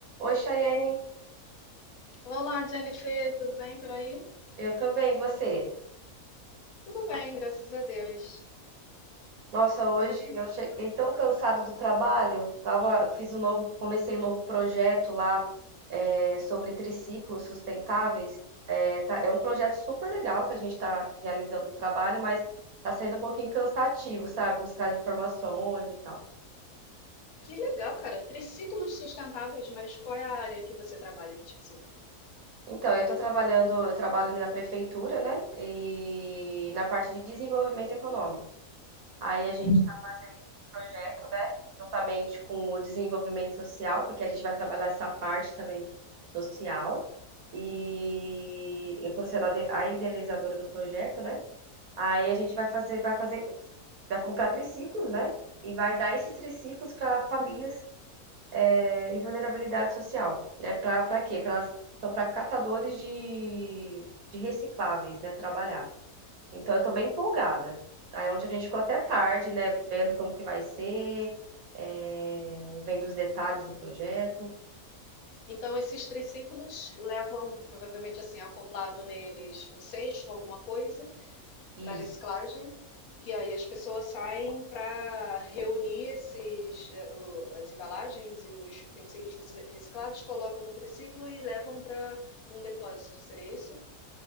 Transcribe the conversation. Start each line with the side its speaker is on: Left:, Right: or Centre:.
Right: Oi, Chayane.
Left: Olá, Jennifer, tudo bem por aí?
Right: Eu também, você?
Left: Tudo bem, graças a Deus.
Right: Nossa, hoje
Left: Agora pensa.
Right: eu cheguei tão cansada do trabalho. Tava, fiz um novo, comecei um novo projeto lá é, sobre triciclos sustentáveis. É, tá- é um projeto super legal que a gente está realizando o trabalho, mas está sendo um pouquinho cansativo, sabe? Buscar informações e tal.
Left: Que legal, cara. Triciclos sustentáveis, mas qual é a área que você trabalha em específico?
Right: Então, eu estou trabalhando, eu trabalho na prefeitura, né? E na parte de desenvolvimento econômico. Aí
Left: Uhum.
Right: a gente projeto, né? Juntamente com o desenvolvimento social, porque a gente vai trabalhar essa parte também social. E eu estou sendo a de- a idealizadora do projeto, né? Aí a gente vai fazer, vai fazer, vai comprar triciclos, né? E vai dar esses triciclos para famílias é, em vulnerabilidade social, né? Para para quê? Pra elas, são para catadores de, de recicláveis, né? Trabalhar. Então eu tô bem empolgada. Aí ontem a gente ficou até tarde, né, vendo como que vai ser, eh, vendo os detalhes do projeto.
Left: Então, esses triciclos levam, provavelmente assim, acoplado neles um cesto, alguma coisa, para reciclagem.
Right: Isso,
Left: E aí as pessoas saem para reunir esses, eh, o- as embalagens e os utensílios rec- reciclados, colocam no triciclo e levam para um depósito. Seria isso?